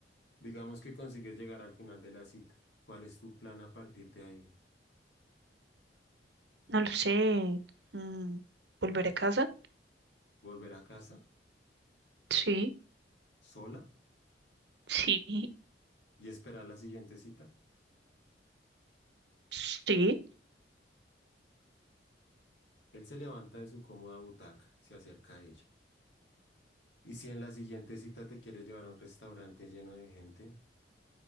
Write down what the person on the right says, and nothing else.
no lo sé. mm, ¿Volver a casa?
Sí,
sí,
sí.